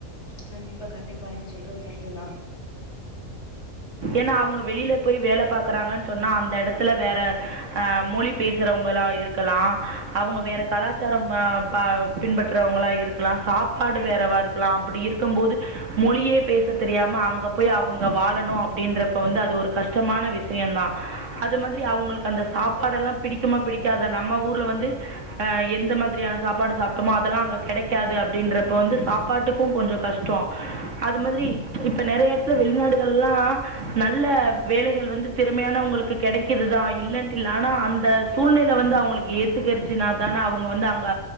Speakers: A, on the left; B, on the right.
A: கண்டிப்பா கண்டிப்பா நீங்க சொல்றது கரெக்ட்டு தா
B: ஏன்னா அவங்க வெளியில போய் வேல பாக்குறாங்கன்னு சொன்னா அந்த எடத்துல வேற ஆஹ் மொழி பேசுறவங்களா இருக்கலா அவங்க வேற கலாச்சாரம் அஹ் ப பின்பற்றறவங்களா இருக்கலா சாப்பாடு வேறவா இருக்கலா அப்டி இருக்கும் போது மொழியே பேச தெரியாம அங்கப் போய் அவங்க வாழணு அப்டின்றப்பொ வந்து அது ஒரு கஷ்டமான விஷயொ தா அது மாதிரி அவங்களுக்கு அந்த சாப்பாடெல்லா பிடிக்குமா பிடிக்காத நம்ம ஊர்ல வந்து அஹ் எந்த மாதிரியான சாப்பாடு சாப்ட்டோமோ அதெல்லா அங்க கெடைக்காது அப்டின்றப்பொ வந்து சாப்பாட்டுக்கு கொஞ்சொ கஷ்டொ அது மாதிரி இப்ப நெறைய ல வெளிநாடுகள்லா நல்ல வேலைகள் வந்து திறமையானவங்களுக்கு கெடைக்கதுதா இல்லன்டாடில்ல ஆனா அந்த சூழ்நில வந்து அவங்களுக்கு ஏத்துக்கச்சுனா தானே அவங்க வந்து அங்க